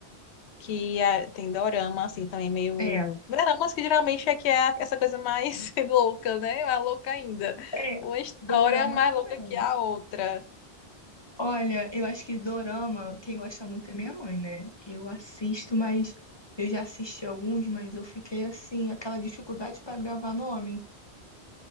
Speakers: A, on the left (about 85°); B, on the left (about 40°).
A: Que é- tem dorama, assim, também meio...
B: É,
A: Doramas que geralmente é que é essa coisa mais <laughs> louca, né? Mais louca ainda.
B: é,
A: Uma história
B: Dorama
A: mais
B: também.
A: louca que a outra.
B: Olha, eu acho que Dorama, quem gosta muito é minha mãe, né? Eu assisto, mas eu já assisti alguns, mas eu fiquei assim, aquela dificuldade pra gravar nome.